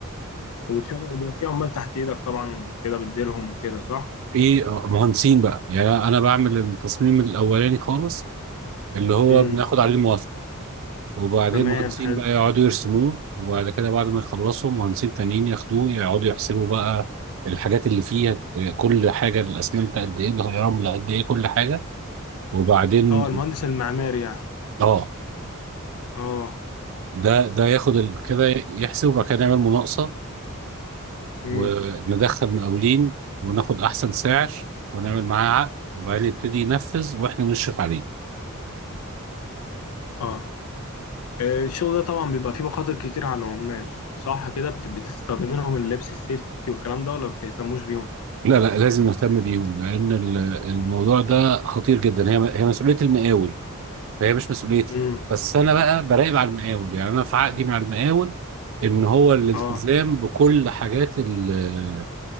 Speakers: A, on the left; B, on the right.
A: وبتشغل بيبقى في عمال تحت ايدك طبعا وكده بتديرهم وكده صح؟
B: في آه، مهندسين بقى يعني انا بعمل التصميم الاولاني خالص اللي هو
A: امم
B: بناخد عليه الموافقه وبعدين
A: تمام
B: مهندسين
A: حلو
B: بقى يقعدوا يرسموه وبعد كده بعد ما يخلصوا مهندسين تانيين ياخدوه يقعدوا يحسبوا بقى الحاجات اللي فيها آه، كل حاجه الاسمنت قد ايه الرمل قد ايه كل حاجه وبعدين
A: اه المهندس المعماري يعني
B: اه
A: اه
B: ده ده ياخد ال- كده يحسب وبعد كده يعمل مناقصه
A: جامد
B: وندخل مقاولين وناخد احسن سعر ونعمل معاه عقد وبعدين يبتدي ينفذ واحنا نشرف عليه
A: اه آه، الشغل ده طبعا بيبقى فيه مخاطر كتير على العمال صح كده بت- بتستخدمين لهم اللبس السيفتي والكلام ده ولا بتهتموش بيهم
B: لا لا لازم نهتم بيهم لان ال- الموضوع ده خطير جدا هي هي مسؤوليه المقاول فهي مش مسؤوليتي
A: امم
B: بس انا بقى براقب على المقاول يعني انا في عقدي مع المقاول ان هو الالتزام
A: اه
B: بكل حاجات ال